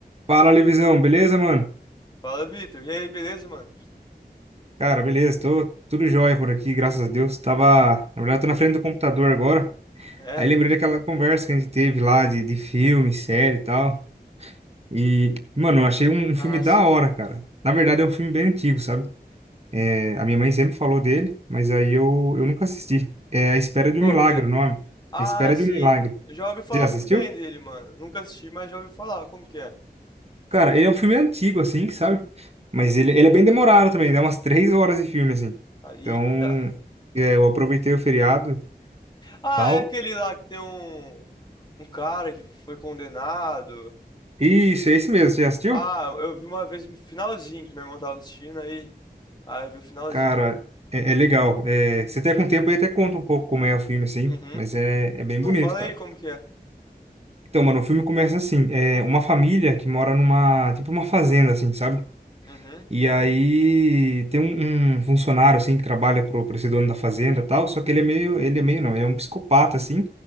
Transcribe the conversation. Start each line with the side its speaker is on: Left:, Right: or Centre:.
Right: Fala, Levisão, beleza, mano?
Left: Fala, Vitor. E aí, beleza, mano?
Right: Cara, beleza, tô tudo jóia por aqui, graças a Deus. Tava, na verdade, tô na frente do computador agora.
Left: É.
Right: Aí lembrei daquela conversa que a gente teve lá de, de filme, série e tal. E, mano, eu achei um, um filme
Left: Ah,
Right: da
Left: sim.
Right: hora, cara. Na verdade, é um filme bem antigo, sabe? É, a minha mãe sempre falou dele, mas aí eu, eu nunca assisti. É A Espera de
Left: Qual
Right: um Milagre,
Left: que é?
Right: o nome.
Left: Ah,
Right: A Espera
Left: sim.
Right: de um Milagre.
Left: Eu já ouvi falar
Right: Já assistiu?
Left: muito bem dele, mano. Nunca assisti, mas já ouvi falar. Como que é?
Right: Cara, ele é um filme antigo, assim, sabe? Mas ele, ele é bem demorado também, dá umas três horas de filme, assim.
Left: Ah, Eita.
Right: Então, é, eu aproveitei o feriado e
Left: Ah,
Right: tal.
Left: é aquele lá que tem um, um cara que foi condenado.
Right: Isso, é esse mesmo, você já assistiu?
Left: Ah, eu vi uma vez no finalzinho que meu irmão tava assistindo aí. Ah, eu vi o finalzinho.
Right: Cara, é, é legal. É, se até com o tempo aí até conta um pouco como é o filme, assim,
Left: Uhum.
Right: mas é, é bem
Left: Não,
Right: bonito,
Left: fala
Right: cara.
Left: aí como que é.
Right: Então, mano, o filme começa assim, é uma família que mora numa, tipo uma fazenda, assim, sabe?
Left: Uhum.
Right: E aí tem um, um funcionário, assim, que trabalha pro, pro esse dono da fazenda e tal, só que ele é meio, ele é meio, não, ele é um psicopata, assim,